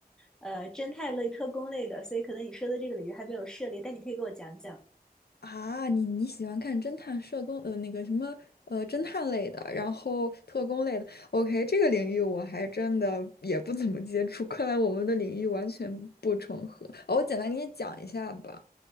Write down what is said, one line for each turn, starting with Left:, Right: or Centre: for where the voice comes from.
Centre: 呃侦探类、特工类的，所以可能你说的这个领域还没有涉猎，但你可以给我讲讲。
Left: 啊，你你喜欢看侦探、社工，呃，那个什么，呃，侦探类的，然后特工类的。OK，这个领域我还真的也不怎么接触，看来我们的领域完全不重合。哦，我简单给你讲一下吧，